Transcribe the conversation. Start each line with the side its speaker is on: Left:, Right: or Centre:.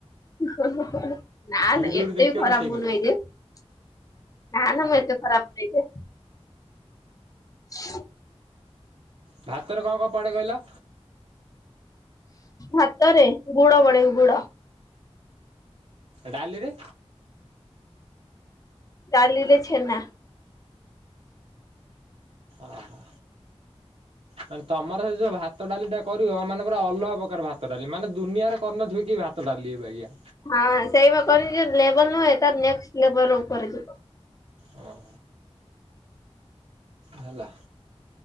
Left: ହଁ ହ। ନା
Right: ୟୁଟ୍ୟୁବରୁ
Left: ଏତେ
Right: ଦେଖିବ
Left: ଖରାପ
Right: ରୋଷେଇ କରିବ
Left: ନୁଏ ଯେ। ନା ନା ମୁଁ ଏତେ ଖରାପ ନାଇ ଯେ <inaudible>
Right: ଭାତରେ କଣ କଣ ପଡ଼େ କହିଲ?
Left: ଭାତରେ ଗୁଡ଼ ପଡେ ଗୁଡ?
Right: ଡାଲିରେ?
Left: ଡାଲିରେ ଛେନା।
Right: ଆହା ମାନେ ତମର ସେ ଯୋଉ ଭାତ ଡାଲି ଟା କରିବ ମାନେ ପୁରା ଅଲଗା ପ୍ରକାର ଭାତ ଡାଲି ମାନେ ଦୁନିଆରେ କରିନଥିବେ କି ଭାତ ଡାଲିିବବେ ଆଜ୍ଞା।
Left: ହଁ ସେଇ କ ଲେବଲ ନ ହଏ ତାର ନେକ୍ସ ଲେବଲ ଉପରେ ଯିବ। <inaudible>
Right: ଓହୋ ହେଲା